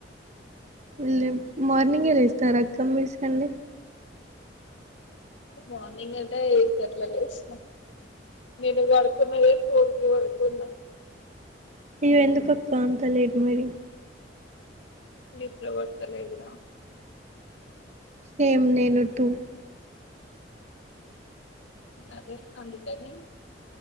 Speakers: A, on the right; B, on the left.
A: లేమ్ మార్నింగే లేస్తారా అక్క మీరు సండే.
B: మార్నింగ్ అయితే ఈగట్ల లేస్త. నేను వడుకున్నదే ఫోర్ కి వడుకున్నా.
A: ఇగ ఎందుకు కక్క అంత లెట్ మరి.
B: నిద్ర వొస్తా లేదు రా.
A: సేమ్ నేను టూ.
B: అదే అందుకనే.